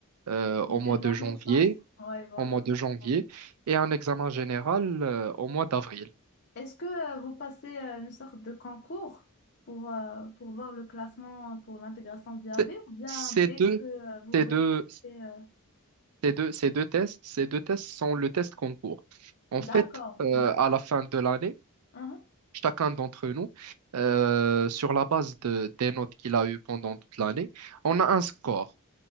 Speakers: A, on the right (about 75°); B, on the left (about 50°).
A: euh,
B: Au
A: au
B: milieu
A: mois
B: de
A: de
B: l'année,
A: janvier,
B: je pense. Ouais, voilà.
A: au mois de janvier,
B: Ouais.
A: et un examen général euh, au mois d'avril.
B: Est-ce que euh, vous passez euh, une sorte de concours pour, euh, pour voir le classement pour l'intégration de l'IAV
A: C'est-
B: ou bien
A: Ces
B: dès
A: deux,
B: que euh, vous
A: ces
B: réussissez...
A: deux,
B: euh,
A: Ces deux, ces deux tests, ces deux tests sont le test concours. En
B: D'accord,
A: fait, euh,
B: ok.
A: à la fin de l'année,
B: Mhm.
A: chacun d'entre nous, euh, sur la base de- des notes qu'il a eues pendant toute l'année, on a un score.